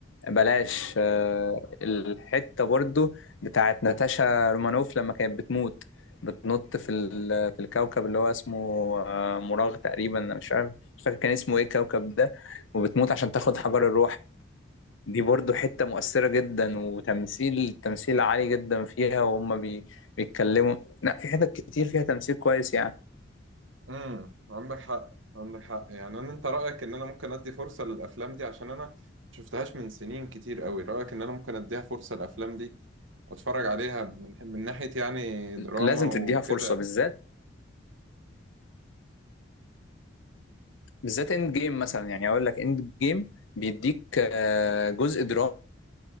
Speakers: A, on the left; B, on the right.
A: بلاش آه، الحتة برضو بتاعت ناتاشا رومانوف لما كانت بتموت بتنط في ال- في الكوكب اللي هو اسمه آه، مراغ تقريبا انا مش عارف مش فاكر كان اسمه ايه الكوكب ده وبتموت عشان تاخد حجر الروح دي برضو حتة مؤثرة جدا وتمثيل تمثيل عالي جدا فيها وهم بي- بيتكلموا لا في حتت كتير فيها تمثيل كويس يعني
B: امم عندك حق عندك حق يعني انا انت رايك ان انا ممكن ادي فرصه للافلام دي عشان انا شفتهاش من سنين كتير قوي رايك ان انا ممكن اديها فرصه للافلام دي واتفرج عليها من, من ناحيه يعني دراما
A: لازم
B: وكده
A: تديها فرصه بالذات بالذات اند جيم مثلا يعني اقول لك اند جيم بيديك آه، جزء دراما